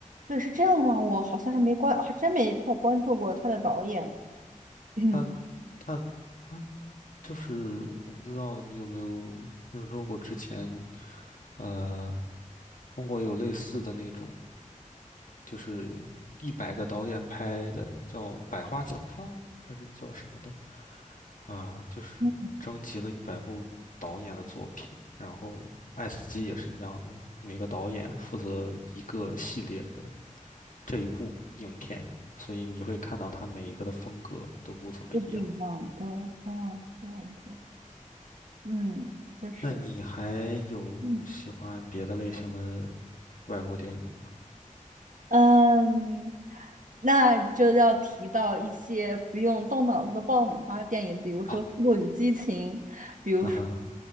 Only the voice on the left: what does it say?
他他他就是我不知道你有没有听说过之前呃中国有类似的那种就是一百个导演拍的，叫《百花齐放》还是叫什么的啊？就是征集了一百部导演的作品，
然后爱斯基》也是一样的，每个导演负责一个系列的这一部影片，所以你会看到他每一个的风格都不怎么一样。
那你还有喜欢别的类型的外国电影吗？
啊
啊哈，